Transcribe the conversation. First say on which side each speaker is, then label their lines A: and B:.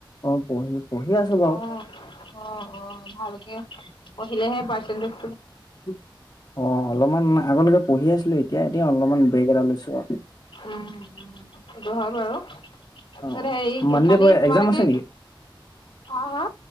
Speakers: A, on the left (about 50°); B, on the left (about 80°).
A: অ', পঢ়ি পঢ়ি আছোঁ বাৰু
B: অ', অ', অ', ভালকে পঢ়িলেহে পা তেন্দেচ
A: হুই, অ', অলমান আগলৈকে পহিয়ে আছিলোঁ এতিয়া দে অলমমান ব্ৰেক এটা লৈছো ৰ
B: উম, টো হয় বাৰু, তাপিছত
A: অ',
B: হেৰি কি
A: মানডে
B: খালি
A: পৰা
B: তোমালোকে,
A: এক্সাম আছে নেকি?
B: অ' হা?